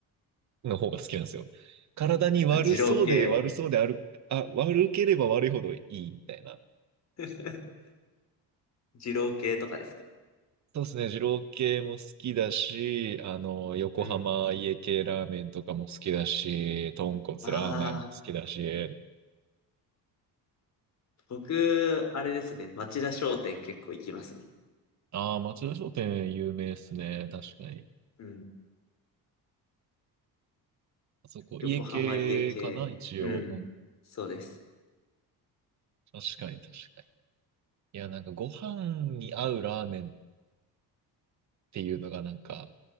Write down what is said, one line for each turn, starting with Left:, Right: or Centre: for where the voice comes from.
Right: の方が好きなんですよ。体に悪そうで悪そうである、
Left: あ、二郎系。
Right: あ、悪ければ悪いほどいいみたいな。
Left: <laughs> 二郎系とかですか
Right: そうですね、二郎系も好きだし、あの、横浜家系ラーメンとかも好きだし、
Left: うん。
Right: 豚骨ラーメンも好きだし、
Left: ああ、僕、あれですね。町田商店結構行きますね。
Right: ああ、町田商店有名ですね、確かに。
Left: うん。
Right: あそこ、
Left: 横浜家系。
Right: 家系かな、一応。
Left: うん。
Right: うん、
Left: そうです。
Right: 確かに確かに。いや、なんかご飯に合うラーメンっていうのがなんか、